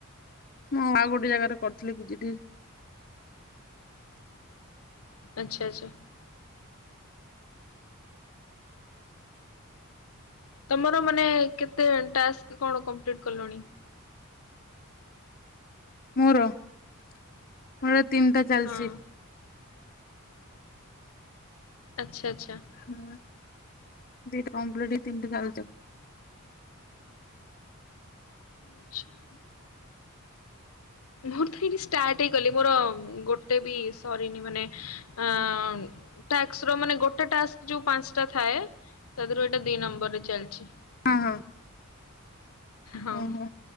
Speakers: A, on the left; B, on the left.
A: ମୁଁ ଆଉ ଗୋଟେ ଜାଗାରେ କରିଥିଲି ପିଜିଡି
B: ଆଚ୍ଛା ଆଚ୍ଛା। ତମର ମାନେ କେତେ ଟାସ୍କ କଣ କଂପ୍ଲିଟ୍ କଲଣି?
A: ମୋର ମୋର ତିନିଟା ଚାଲିଛି
B: ହଁ ଆଛା ଆଛା।
A: ହୁଁ ଦିଟା ଓମଲେଟ ତିନିଟା ଆଳୁଚୋପ।
B: ଆଛା ମୋର ତ ଏଇଠି ଷ୍ଟାର୍ଟ ହି କଲି ମୋର ଗୋଟେ ବି ସରିନି ମାନେ ଅ ଟାସ୍କ ର ମାନେ ଗୋଟେ ଟାସ୍କ ଯୋଉ ପାଞ୍ଚଟା ଥାଏ ତା ଦେହରୁ ଏଇଟା ଦିଇ ନମ୍ବରରେ ଚାଲିଛି।
A: ହଁ ହଁ
B: ହଁ
A: ଓହୋ